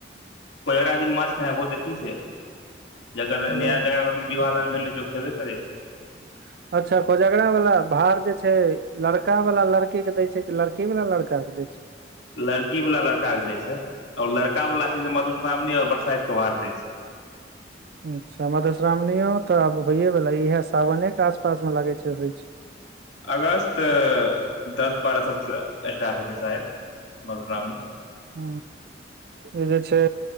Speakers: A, on the left; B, on the right.
A: कोजगरा दिन माछ बहुत अथी छियै जकर नया
B: ओ
A: जेकरा घर में विवाह दान आर भेल रहै छै ओ खेबे करै छै
B: ह <unintelligible> अच्छा कोजगरा वाला भार जे छै लड़का वाला लड़की के दय छै कि लड़की वाला लड़का के दय छै
A: लड़की वाला लड़का के दय छै आओर लड़का वाला छै ते मधुश्रावणी आओर बरसाइत के भार दै छै
B: अच्छा मधुश्रावणियो त आब होइए वला इएह सावने के आसपास मे लागै छै होय छै
A: अगस्त दस बारह सबसँ स्टार्ट हेतै शायद मधुश्रावणी
B: ह ई जे छै